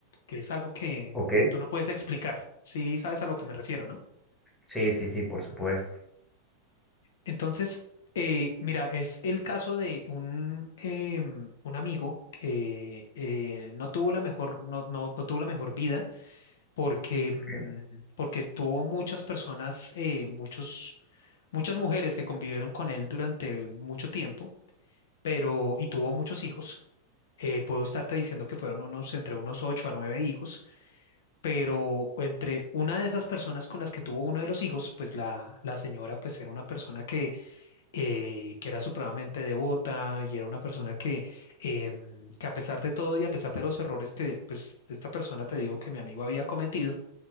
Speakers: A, on the left; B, in the centre.
A: que es algo que,
B: Ok,
A: que tú no puedes explicar. Sí, sabes a lo que me refiero, ¿no?
B: sí, sí, sí, por supuesto.
A: Entonces, eh, mira, es el caso de un, em, un amigo que eh, no tuvo la mejor, no, no, no tuvo la mejor vida porque, mm,
B: ¿Qué?
A: porque tuvo muchas personas, eh, muchos, muchas mujeres que convivieron con él durante mucho tiempo pero, y tuvo muchos hijos. eh, puedo estarte diciendo que fueron unos entre unos ocho a nueve hijos, pero entre una de esas personas con las que tuvo uno de los hijos, pues la, la señora pues era una persona que, eh, que era supremamente devota y era una persona que, em, que a pesar de todo y a pesar de los errores que pues esta persona te digo que mi amigo había cometido,